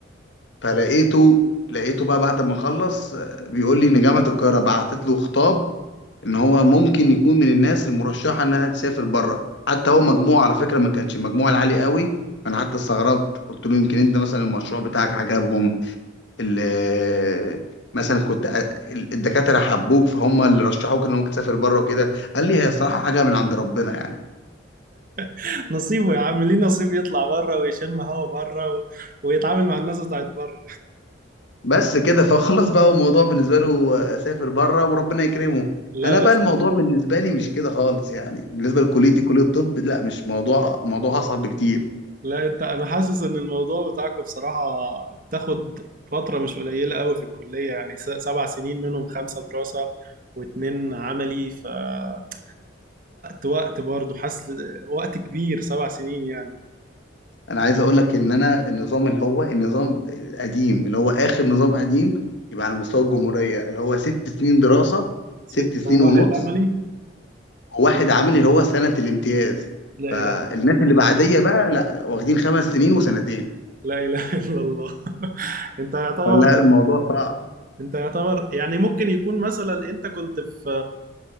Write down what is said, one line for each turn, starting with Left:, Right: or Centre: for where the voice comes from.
Left: فلقيته لقيته بقى بعد ما خلص بيقول لي ان جامعه القاهره بعتت له خطاب ان هو ممكن يكون من الناس المرشحه انها تسافر بره حتى هو مجموع على فكره ما كانش مجموع العالي قوي انا حتى استغربت قلت له يمكن انت مثلا المشروع بتاعك عجبهم ال- مثلا كنت أ- الدكاتره حبوك فهم اللي رشحوك ان ممكن تسافر بره وكده قال لي هي صراحه حاجه من عند ربنا يعني
Right: <laughs> نصيبه يا عم ليه نصيب يطلع بره ويشم هوا بره و... ويتعامل مع الناس بتاعت بره
Left: بس كده فخلاص بقى هو الموضوع بالنسبه له آه، سافر بره وربنا يكرمه
Right: لا
Left: انا بقى
Right: بس
Left: الموضوع بالنسبه لي مش كده خالص يعني بالنسبه لكليتي كليه الطب لا مش موضوع موضوع اصعب بكتير
Right: لا انت انا حاسس ان الموضوع بتاعكم بصراحة بتاخد فترة مش قليلة قوي في الكلية يعني س- سبع سنين منهم خمسة دراسة واتنين عملي فوقت وقت برضه حاسس وقت كبير سبع سنين يعني
Left: انا عايز اقول لك ان انا النظام اللي هو النظام القديم اللي هو اخر نظام قديم يبقى على مستوى الجمهوريه اللي هو ست سنين دراسه
Right: ستة
Left: ست سنين
Right: وواحد
Left: ونص
Right: عملي
Left: وواحد عامل اللي هو سنه الامتياز
Right: لا إله
Left: فالناس
Right: إلا الله
Left: اللي بعديه بقى لا واخدين خمس سنين وسنتين
Right: لا إله إلا الله <laughs> انت يعتبر
Left: فلا الموضوع صعب
Right: انت يعتبر يعني ممكن يكون مثلا انت كنت في